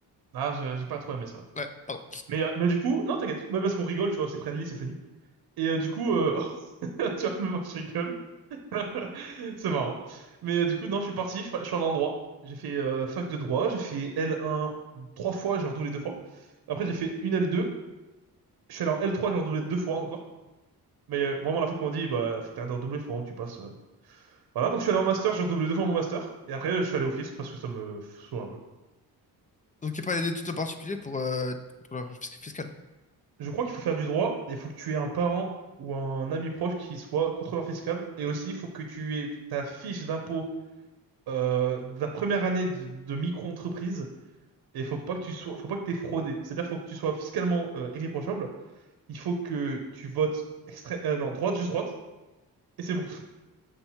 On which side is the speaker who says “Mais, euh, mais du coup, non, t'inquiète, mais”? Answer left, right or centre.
Right